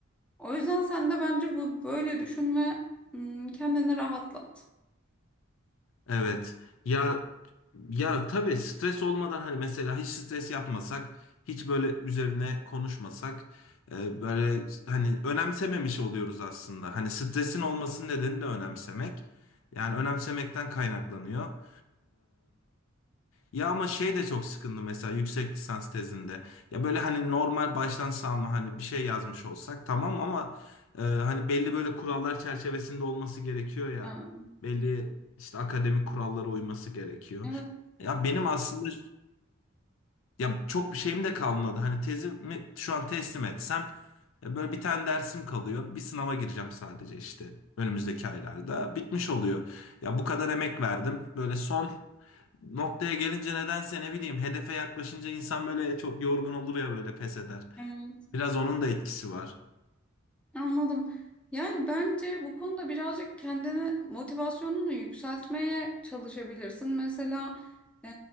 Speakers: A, in the centre; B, on the left (about 70°).
A: O yüzden sen de bence bu böyle düşün ve hmm, kendini rahatlat.
B: Evet. Ya ya tabii stres olmadan hani mesela hiç stres yapmasak, hiç böyle üzerine konuşmasak e, böyle hani önemsememiş oluyoruz aslında. Hani stresin olmasının nedeni de önemsemek. Yani önemsemekten kaynaklanıyor. Ya ama şey de çok sıkıntı mesela yüksek lisans tezinde. Ya böyle hani normal baştan savma hani bir şey yazmış olsak tamam ama e, hani belli böyle kurallar çerçevesinde olması gerekiyor ya.
A: Ya,
B: Belli işte akademik kurallara uyması gerekiyor.
A: evet.
B: Ya benim aslında ya çok bir şeyim de kalmadı. Hani tezimi şu an teslim etsem e, böyle bir tane dersim kalıyor. Bir sınava gireceğim sadece işte önümüzdeki aylarda. Bitmiş oluyor. Ya bu kadar emek verdim. Böyle son noktaya gelince nedense ne bileyim hedefe yaklaşınca insan böyle çok yorgun olur ya böyle pes eder.
A: Ya.
B: Biraz onun da etkisi var.
A: Anladım. Yani bence bu konuda birazcık kendini motivasyonunu yükseltmeye çalışabilirsin. Mesela e,